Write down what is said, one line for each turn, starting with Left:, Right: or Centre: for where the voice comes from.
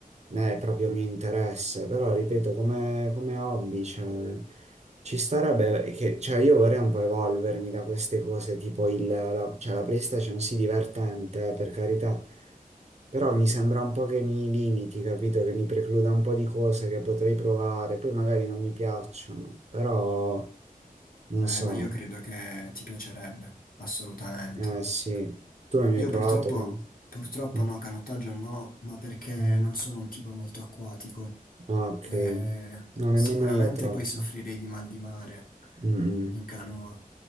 Right: né è proprio mio interesse, però ripeto, come, come hobby, cioè. Ci starebbe, che, cioè io vorrei un po' evolvermi da queste cose, tipo il, la, cioè la PlayStation sì divertente, eh, per carità, però mi sembra un po' che mi limiti, capito? Che mi precluda un po' di cose che potrei provare, poi magari non mi piacciono, però non
Left: Eh,
Right: so,
Left: ma io credo che ti piacerebbe, assolutamente.
Right: eh sì, tu mi
Left: Io
Right: hai provato?
Left: purtroppo,
Right: Cam?
Left: purtroppo
Right: Mm,
Left: no, canottaggio no, ma perché
Right: mhm.
Left: non sono un tipo molto acquatico.
Right: Ah, Ok,
Left: Eh,
Right: no, nemmeno
Left: sicuramente
Right: io troppo.
Left: poi soffrirei di mal di mare
Right: Mm, mm.
Left: in canoa.